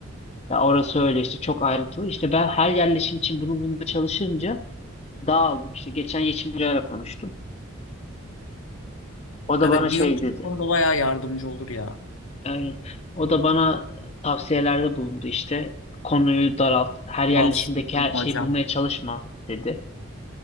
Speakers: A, on the left; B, on the left.
A: ya orası öyle işte çok ayrıntılı. İşte ben her yerleşim için bunu bulmaya çalışınca dağıldım. İşte geçen Yeşimcay'la konuştum. O da
B: Evet
A: bana şey
B: diyor hocam
A: dedi.
B: bu konuda bayağı yardımcı olur ya.
A: Aynen. O da bana tavsiyelerde bulundu işte. Konuyu daralt, her yerleşimdeki
B: Sağ olsun canım
A: her şeyi
B: hocam.
A: bulmaya çalışma dedi.